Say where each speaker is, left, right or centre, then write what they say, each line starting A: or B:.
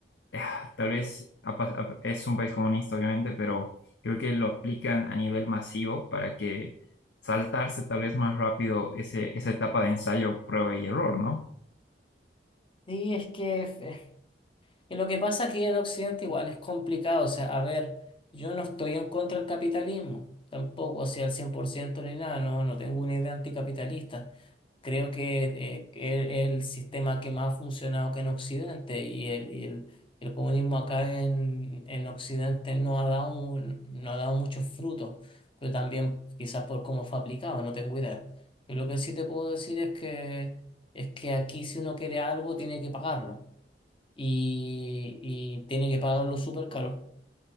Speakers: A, on the left; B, on the left.
A: eh, tal vez apa- ap- es un país comunista obviamente, pero creo que lo aplican a nivel masivo para que saltarse tal vez más rápido ese, esa etapa de ensayo, prueba y error, ¿no?
B: Sí, es que eh, y lo que pasa aquí en Occidente igual es complicado, o sea, a ver, yo no estoy en contra del capitalismo, tampoco, o sea, al 100% ni nada, no, no tengo una idea anticapitalista. Creo que eh, que es el sistema que más ha funcionado que en Occidente y el, y el, el comunismo acá en, en Occidente no ha dado, mu- no ha dado muchos frutos, pero también quizás por cómo fue aplicado, no tengo idea. Pero lo que sí te puedo decir es que, es que aquí si uno quiere algo tiene que pagarlo y, y tiene que pagarlo súper caro.